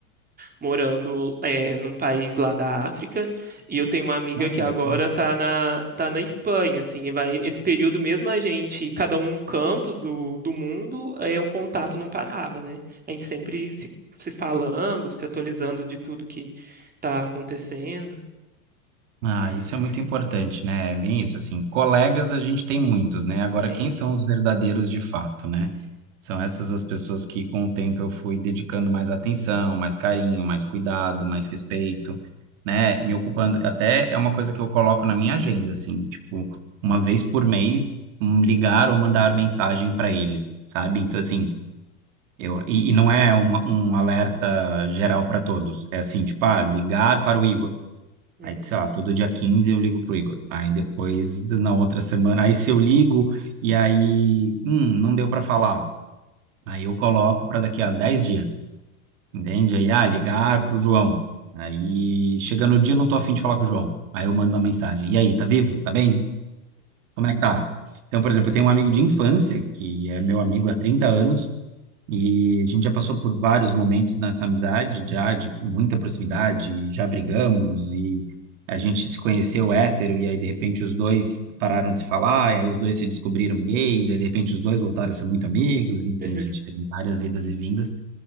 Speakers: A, on the right; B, on the right.
A: morando é, num país lá da África, e eu tenho uma amiga
B: não,
A: que agora
B: isso. é um,
A: tá na, tá na Espanha, assim, e vai nesse período mesmo a gente, cada um num canto do, do mundo, é, o contato não parava, né? A gente sempre se, se falando, se atualizando de tudo que tá acontecendo.
B: Ah, isso é muito importante, né? É Bem isso, assim, colegas a gente tem muitos, né? Agora,
A: Sim.
B: quem são os verdadeiros de fato, né? São essas as pessoas que, com o tempo, eu fui dedicando mais atenção, mais carinho, mais cuidado, mais respeito, né? Me ocupando, até é uma coisa que eu coloco na minha agenda, assim, tipo, uma vez por mês, um, ligar ou mandar mensagem para eles, sabe? Então, assim, eu, e, e não é uma, um alerta geral para todos. É assim, tipo, ah, ligar para o Igor.
A: Uhum.
B: Aí, sei lá, todo dia 15 eu ligo pro Igor. Aí depois, na outra semana, aí se eu ligo e aí, hum, não deu para falar. Aí eu coloco para daqui a 10 dias, entende? Aí, ah, ligar pro João. Aí, chega no dia, eu não tô afim de falar com o João. Aí eu mando uma mensagem. E aí, tá vivo? Tá bem? Como é que tá? Então, por exemplo, eu tenho um amigo de infância, que é meu amigo há 30 anos, e a gente já passou por vários momentos nessa amizade, já de muita proximidade, já brigamos e a gente se conheceu hétero e aí de repente os dois pararam de se falar, e aí os dois se descobriram gays, e aí de repente os dois voltaram a ser muito amigos, enfim,
A: <laughs>
B: a gente teve várias idas e vindas.